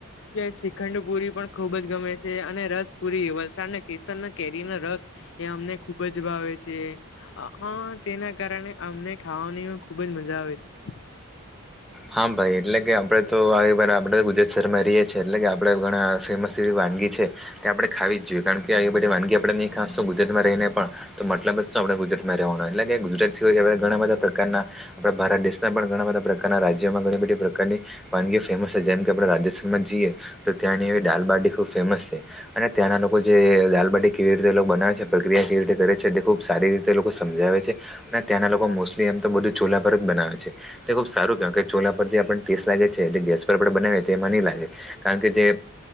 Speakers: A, on the left; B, in the centre.
A: કે શ્રીખંડ પુરી પણ ખુબજ ગમે છે, અને રસ પુરી વલસાડના કેસનના કેરી ના રસ એ અમને ખૂબજ ભાવે છે, હ તેના કારણે અમને ખાવાની ખુબજ મજા આવે છે.
B: હા, ભાઈ એટલે કે આપડે તો આપડે ગુજરાત શહેરમાં રહીએ છીએ, એટલે કે આપડે ઘણા ફેમસ જેવી વાત આપણે ખાવી જ જોઈએ, કારણ કે બધી વાનગી આપણે નહી, ખાસશ તો ગુજરાતમાં રહીને પણ તો મતલબ જ આપ ગુજરાતમા રહેવાનુ, એટલે કે ગુજરાત સવાય, ઘણા બધા પ્રકારના આપણા ભારત દેશના પણ ઘણા બધા પ્રકાર ના રાજ્યોમા ઘણી બધી પ્રકારની વાનગી ફેમસ છે. જેમ કે આપણે રાજસ્થાનમાં જઈએ તો ત્યાંની એવી ડાલબાડી ખબ ફેમસ છે, અને ત્યાંના લોકો જે દાલબાટી કેવી રીતે બનાવે છે, પ્રક્રિયા કેવી રીતે કરે છે ખ સારી રીતે લોકો સમજાવે છે, અને ત્યાંના લોકો મોસ્ટલી એમ તો બધું ચોલા પર જ બનાવે છે તે ખુબ સારુ કારણકે ચોલા પર જે આપણને ટેસ લાગે છે, તે ગેસ પર પણ બનાવી એમાં નહી. લાગે કારણ કે જે